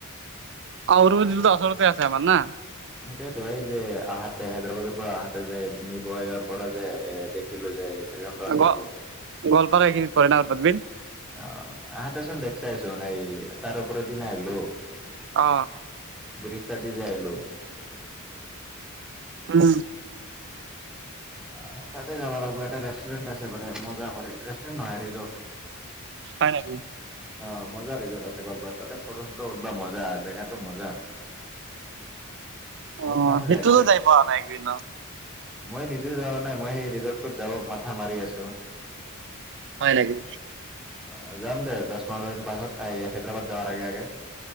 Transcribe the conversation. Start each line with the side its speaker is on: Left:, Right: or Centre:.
Right: অ অৰ আচলতে আছে আমাৰ না
Centre: সেইটোয়েতো এই যে আহাতে হায়দৰাবাদৰ পৰা আহাতে যে বঙাইগাঁৱৰ পৰা যে এ দেখিলো যে ৰাস্তা
Right: গ
Centre: দি
Right: গোৱালপাৰা এইখিনিত পৰে না অৰুবিল
Centre: অ আহোতে চোন দেখ চাইছো নাই তাৰ ওপৰেদি সেইদিনা আহলো
Right: অ
Centre: বৃষ্টা দি যে আহিলো
Right: উম
Centre: অঁ তাতে যাব লাগব এটা ৰেষ্টুৰেণ্ট আছে মানে মজা কৰে ৰেষ্টুৰেণ্ট নহয় ৰিজৰ্ট।
Right: হয় নেকি
Centre: অঁ মজা ৰিজৰ্ট আছে গোৱলপাৰাত, তাতে ফটো চটো উঠবা মজা, জেগাটো মজা। বহুত
Right: অ
Centre: মানুহ
Right: সেইটোতো
Centre: যায় তাতে
Right: যাই পোৱা নাই একদিন অ।
Centre: মই নিজেও যাবা নাই, মই সেই ৰিজৰ্টটোত যাব মাথা মাৰি আছোঁ।
Right: হয় নেকি।
Centre: অঁ যাম দে, দছ পোন্ধৰ দিনৰ পাছত আহ হেয়দৰাবাদ যাৱাৰ আগে আগে।